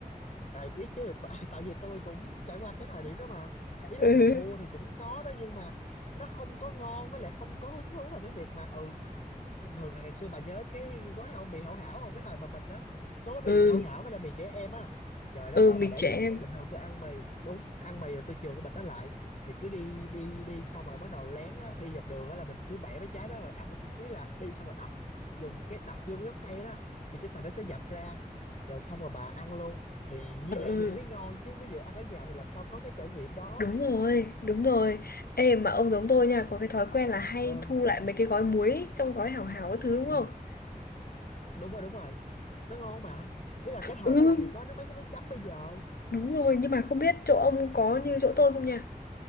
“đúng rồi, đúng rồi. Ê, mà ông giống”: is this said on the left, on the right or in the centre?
Left